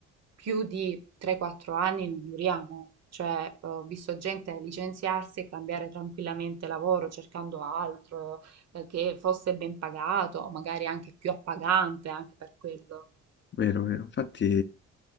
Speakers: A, on the right; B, on the left.
A: più di 3-4 anni non duriamo. Cioè, ho visto gente licenziarsi e cambiare tranquillamente lavoro cercando altro, eh, che fosse ben pagato, o magari anche più appagante, anche per quello.
B: vero, vero. Infatti,